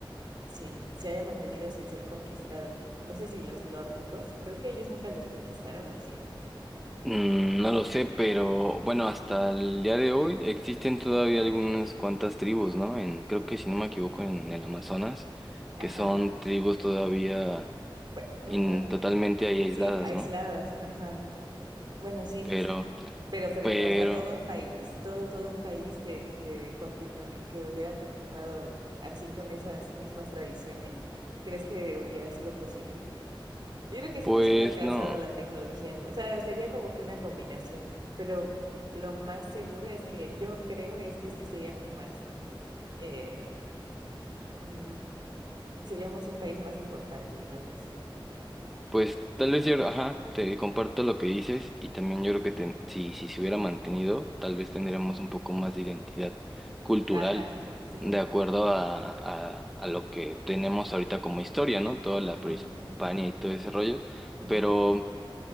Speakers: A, on the right; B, in the centre.
A: sin, se haya mantenido sin ser conquistada. No sé si los nórdicos, creo que ellos nunca los conquistaron, ¿o sí?
B: Mm, no lo sé, pero bueno, hasta el día de hoy existen todavía algunas cuantas tribus, ¿no? En, creo que si no me equivoco, en el Amazonas,
A: Ajá.
B: que son tribus todavía
A: Bueno, ajá.
B: in- totalmente ahí aisladas,
A: Sí, aisladas,
B: ¿no?
A: ajá. Bueno, sí,
B: Pero,
A: sí, sí. Pero, pero,
B: pero,
A: o sea, todo un país, todo, todo un país que, que continu- que hubiera continuado así con esas mismas tradiciones, ¿crees que hubiera sido posible? Yo creo que sí
B: pues
A: nos hubiera alcanzado
B: no.
A: la tecnología, ¿no? O sea, sería como que una combinación, pero lo más seguro es que yo creo es que sí seríamos más, eh, mm, seríamos un país más importante, tal vez.
B: Pues tal vez yo, ajá, te comparto lo que dices y también yo creo que ten- si, si se hubiera mantenido, tal vez tendríamos
A: Ujú.
B: un poco más de identidad cultural
A: Ajá, sí.
B: de acuerdo a, a, a lo que tenemos ahorita como historia, ¿no? Toda la
A: Ujú,
B: prehispania y todo ese rollo.
A: ujú,
B: Pero